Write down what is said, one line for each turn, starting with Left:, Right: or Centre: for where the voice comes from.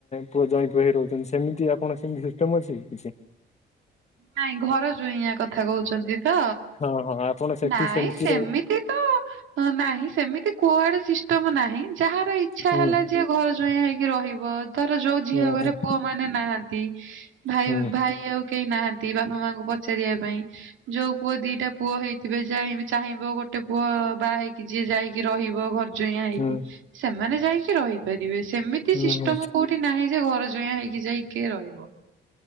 Left: ପୁଅ ଜଇଁ ପୁଅ ହେଇ ରହୁଛନ୍ତି ସେମିତି ଆପଣ ସେମିତି- ଅଛି କି କିଛି-
Right: ନାଇଁ ଘର ଯୋୟନ୍ କଥା କହୁଛନ୍ତି। ତ
Left: ହଁ ହଁ ଆପଣ ସେଠି
Right: ନାଇଁ ସେମିତି
Left: ରହୁ
Right: ତ- ହଁ ନାହିଁ ସେମିତି କୁଆଡେ ସିଷ୍ଟମ ନାହିଁ ଯାହାର ଇଚ୍ଛା
Left: ହୁଁ
Right: ହେଲା। ଯିଏ ଘର ଯୋୟାନ ହେଇକି ରହିବ। ତାର ଯୋଉ ଝିଅ
Left: ହୁଁ
Right: ଘରେ
Left: ହୁଁ
Right: ପୁଅ ମାନେ ନାହାନ୍ତି ଭାଇ
Left: ହୁଁ
Right: ଭାଇ ଆଉ କେହି ନାହାନ୍ତି। କି ବାପା ମାଙ୍କୁ ପଚାରିବା ପାଇଁ ଯୋଉ ପୁଅ ଦିଟା ପୁଅ ହେଇଥିବେ ଯହି ଚାହିଁବ ଗୋଟେ ପୁଅ ବାହା ହେଇକି ଯିଏ ଯାଇକି ରହିବ ଘରେ। ଜୋୟାଁ ହେଇକି
Left: ହୁଁ
Right: ସେମାନେ ଯାଇକି ରହିପାରିବେ ସେମିତି
Left: ହୁଁ
Right: ସିଷ୍ଟମ
Left: ହୁଁ।
Right: କୋଉଠି ନାହିଁ ଯେ ଘର ଜୋୟାଁ ହେଇକି ଯାଇକି ରହିବ